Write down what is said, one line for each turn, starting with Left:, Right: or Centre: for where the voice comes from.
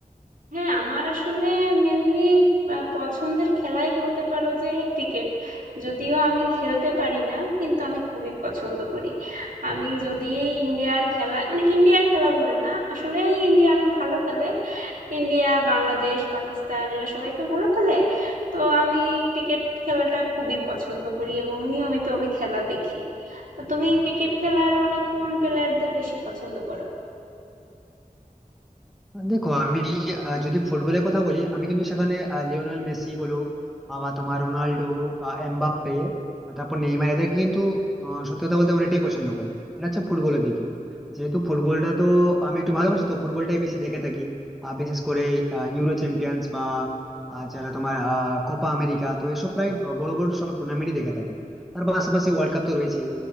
Right: হ্যাঁ আমার আসলে মেনলি পছন্দের খেলাই বলতে পারো যে ক্রিকেট যদিও আমি খেলতে পারি না কিন্তু আমি খুবই পছন্দ করি আমি যদি ইন্ডিয়ার খেলা মানে ইন্ডিয়ার খেলা বলে না আসলে ইন্ডিয়া অনেক ভালো খেলে ইন্ডিয়া বাংলাদেশ পাকিস্তান এরা সবাই তো ভালো খেলে তো আমি ক্রিকেট খেলাটা খুবই পছন্দ করি এবং নিয়মিত আমি খেলা দেখি তো তুমি ক্রিকেট খেলার মানে কোন প্লেয়ারদের বেশি পছন্দ করো
Centre: দেখো আমি আহ, যদি ফুটবলের কথা বলি আমি কিন্তু সেখানে আহ, লিওনেল মেসি বলো আহ, বা তোমার রোনাল্ডো আহ, এমবাপ্পে তারপর নেইমার এদেরকে কিন্তু আহ, সত্যি কথা বলতে অনেকটাই পছন্দ করি এটা হচ্ছে ফুটবলের দিকে যেহেতু ফুটবলটা তো আমি একটু ভালোবাসি তো ফুটবলটাই বেশি দেখে থাকি আর বিশেষ করে আহ, ইউরো চ্যাম্পিয়ন্স বা আহ, যারা তোমার আহ, কোপা আমেরিকা তো এসব প্রায় বড় বড় সব টুর্নামেন্টই দেখে থাকি তার পাশাপাশি ওয়ার্ল্ড কাপ তো রয়েছেই